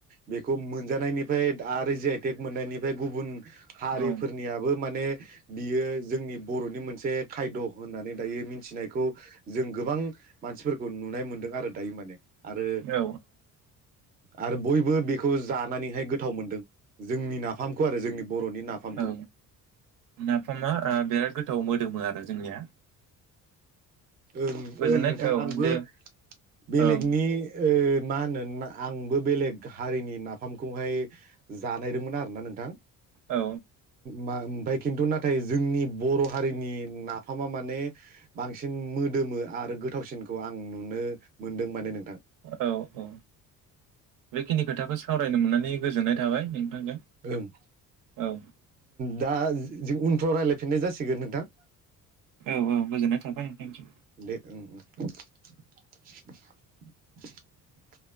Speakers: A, on the right; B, on the right.
A: बेखौ मोनजानायनिफ्राय आरो जि आइ टेक मोननायनिफ्राय गुबुन हारिफोरनियाबो
B: औ
A: माने बियो जोंनि बर'नि मोनसे खायद' होननानै दायो मिथिनायखौ जों गोबां मानसि नुनाय मोन्दों आरो दायो माने। आरो
B: औ
A: आरो बयबो बेखौ जानानैहाय गोथाव मोनदों जोंनि नाफामखौ आरो जोंनि बर'नि नाफामखौ
B: औ नाफामा बिराद गोथाव गोथाव मोदोमो आरो जोंनिया।
A: ओ
B: गोजोननाय
A: ओं नोंथां
B: औ
A: आंबो
B: दे
A: बेलेगनि
B: ओं
A: मा होनो आंबो बेलेग हारिनि नाफामखौहाय जानायदोंमोन आरोना नोंथां।
B: औ
A: मा दा खिन्थु ना नाथाय जोंनि बर' हारिनि नाफामा माने बांसिन बांसिन मोदोमो आरो गोथावसिनखौ आं नुनो मोनदों माने नोंथां।
B: औ औ बेखिनि खोथाखौ सावरायनो मोननानै गोजोन्नाय थाबाय नोंथांजों
A: ओं
B: औ
A: दा जों उन फ्राव राय्लायफिननाय जासिगोन नोंथां
B: औ औ गोजोननाय थाबाय थेंकइउ
A: दे <inaudible>